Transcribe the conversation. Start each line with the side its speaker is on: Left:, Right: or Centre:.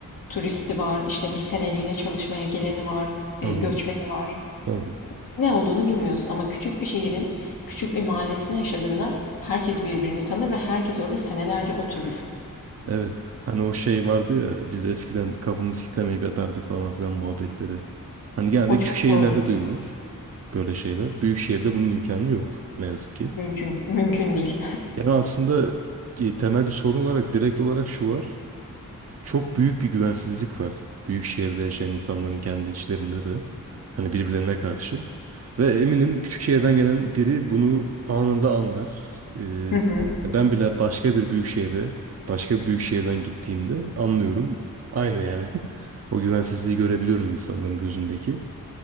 Left: turisti var, işte bir seneliğine çalışmaya geleni var, e,
Right: Hı
Left: göçmeni
Right: hı.
Left: var.
Right: Tabii.
Left: Ne olduğunu bilmiyorsun ama küçük bir şehrin küçük bir mahallesinde yaşadığında herkes birbirini tanır ve herkes orada senelerce oturur.
Right: Evet. Hani o şey vardı ya biz eskiden kafamızı kitlemeyip yatardık falan filan muhabbetleri. Hani genelde
Left: O çok
Right: küçük şehirlerde
Left: doğru.
Right: duyulur böyle şeyler. Büyük şehirde bunun imkanı yok ne yazık ki.
Left: Mümkün, mümkün değil.
Right: Yani aslında e, temel bir sorun olarak direkt olarak şu var çok büyük bir güvensizlik var. Büyük şehirde yaşayan insanların kendi içlerinde de. Hani birbirlerine karşı. Ve eminim küçük şehirden gelen biri bunu anında anlar. Ee,
Left: Hı hı.
Right: ben bile başka bir büyük şehre, başka bir büyük şehirden gittiğimde anlıyorum. Aynı yani. <laughs> O güvensizliği görebiliyorum insanların gözündeki.